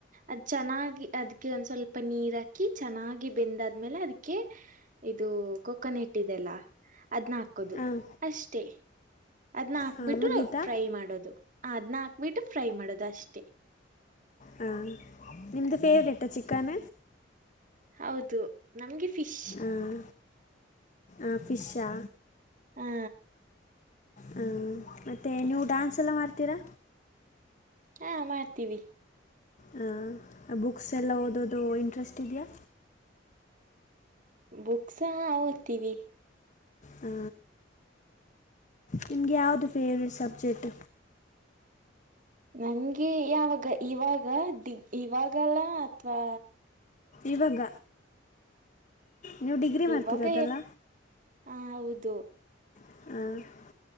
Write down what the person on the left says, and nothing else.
ಹಾಂ
ಹಾಂ ಮುಗೀತಾ
ಹ್ಮ್ ನಿಮ್ದ ಫೇವರೇಟ್ ಚಿಕನ್
ಅಂ ಅಂ ಫಿಶಾ
ಹಞ ಮತ್ತುತ್ತೆ ನೀವು ಡ್ಯಾನ್ಸ್ ಎಲ್ಲ ಮಾಡ್ತೀರಾ
ಹಾ ಬುಕ್ಸ್ ಎಲ್ಲ ಓದೋದು ಇಂಟ್ರೆಸ್ಟ್ ಇದೆಯಾ
ಹಾ ನಿಮಗೆ ಆವು ದೇವರಟ್ ಸಬ್ಜೆಕ್ಟ್
ಇವಾಗ ನೀವು ಡಿಗ್ರಿ ಮಾಡ್ತಿರೋದಲ್ಲ
ಹ